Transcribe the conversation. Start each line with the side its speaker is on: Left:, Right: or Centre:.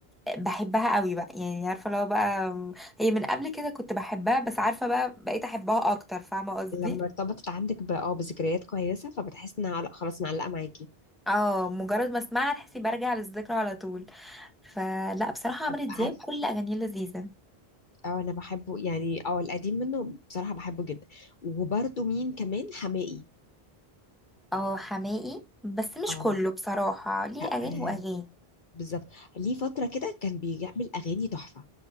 Centre: بحبها قوي بقى يعني عارفة لو بقى هي من قبل كده كنت بحبها بس عارفة بقى بقيت أحبها أكتر فاهمة قصدي
Left: لما ارتبطت عندك ب- اه بذكريات كويسه فبتحس انها لا خلاص معلقه معاكي
Centre: اه مجرد ما اسمعها تحسي برجع للذكرى على طول فلا بصراحة عمرو
Left: طب
Centre: دياب
Left: عارف
Centre: كل أغانيه لذيذة
Left: اه انا بحبه يعني اه القديم منه بصراحه بحبه جدا وبرده مين كمان حماقي
Centre: اه حماقي بس مش
Left: اه
Centre: كله بصراحة ليه
Left: لا
Centre: أغاني
Left: آه،
Centre: وأغاني
Left: بالظبط ليه فتره كده كان بيعمل اغاني تحفه